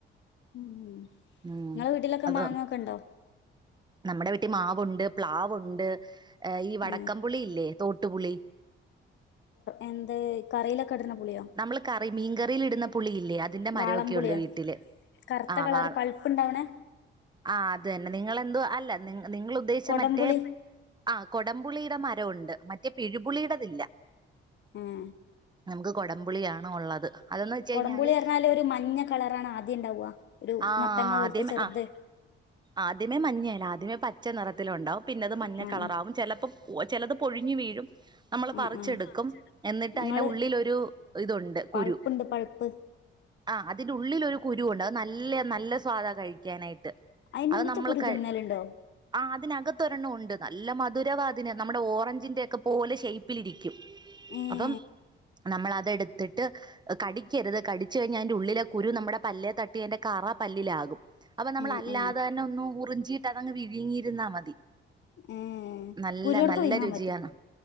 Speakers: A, on the left; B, on the right.
A: ഇങ്ങളെ
B: ഉം
A: വീട്ടിലൊക്കെ
B: അത്
A: മാങ്ങൊക്കെണ്ടോ
B: നമ്മുടെ വീട്ടിൽ മാവുണ്ട് പ്ലാവുണ്ട് ഈ വടക്കം
A: ഉം
B: പുളി ഇല്ലേ തോട്ടുപുളി
A: എന്ത് കറിയിലൊക്കെ ഇട്ണ പുളിയോ
B: നമ്മള് കറി മീൻകറിയിൽ ഇടുന്ന പുളിയില്ലേ അതിന്റെ മരമൊക്കെ
A: വാളൻ പുളിയ
B: ഉണ്ട് വീട്ടില്
A: കറുത്ത
B: ആ
A: കളർ
B: വാ
A: പഴുപ്പ്ണ്ടാവണേ
B: ആ അതന്നെ നിങ്ങളെന്തോ അല്ല നി നിങ്ങൾ ഉദ്ദേശിച്ച
A: കൊടംപുളി
B: മറ്റേ ആ കൊടംപുളിയുടെ മരംവുണ്ട് മറ്റേ പിഴുപുളിയുടെ ഇല്ല
A: ഉം
B: നമുക്ക് കൊടംപുളിയണ് ഉള്ളത് അതന്ന് വെച്ച്
A: കൊടംപുളി
B: കഴിഞ്ഞാല്
A: പറഞ്ഞാല് ഒരു മഞ്ഞ കളറാണ് ആദ്യം ഇണ്ടാവ ഒരു
B: ആഹ്
A: മത്തങ്ങ പോലത്തെ
B: അതേ
A: ചെറുത്
B: ആ ആദ്യമേ മഞ്ഞേണ് ആദ്യമേ പച്ച നിറത്തില് ഉണ്ടാവും പിന്നെ അത്
A: ആഹ്
B: മഞ്ഞ
A: ആഹ്
B: കളറാവും ചെലപ്പൊ ചിലത് പൊഴിഞ്ഞു വീഴും നമ്മൾ
A: ആഹ്
B: പറിച്ചെടുക്കും
A: ആഹ്
B: എന്നിട്ട്
A: ഇങ്ങള്
B: അയ്നെ ഉള്ളിലൊരു ഇതുണ്ട്
A: പഴുപ്പുണ്ട്
B: കുരു
A: പഴുപ്പ്
B: ആ അതിൻ്റെ ഉള്ളിലൊരു കുരുണ്ട് അത് നല്ല നല്ല സ്വാദാ കഴിക്കാനായിട്ട്
A: അയ്നുളള്ത്തെ
B: അത് നമ്മൾ
A: കുരു തിന്നലുണ്ടോ
B: ആ അതിനകത്ത് ഒരെണ്ണം ഉണ്ട് നല്ല മധുരവാതിന് നമ്മുടെ ഓറഞ്ചിന്റെ ഒക്കെ പോലെ ഷേ്യ്പിലിരിക്കും
A: ഏഹ്
B: അപ്പം നമ്മളതെടു ത്ട്ട് കടിക്കരുത് കടിച്ച്കഴിഞ്ഞാൽ അതിന്റെ ഉള്ളിലെ കുരു നമ്മുടെ പല്ലെ തട്ടി അയിന്റെ കറ പല്ലില് ആകും അപ്പൊ നമ്മള്
A: ഏഹ്
B: അല്ലാതെ
A: ഏഹ്
B: തന്നെ ഒന്നും ഉറിഞ്ചിട്ട് അതങ്ങ് വിഴങ്ങിയിരുന്നാൽ മതി
A: ഏഹ്
B: നല്ല
A: കുരുവോടൊക്കെ
B: നല്ല
A: വിഴുങ്ങാൻ
B: രുചിയാണ്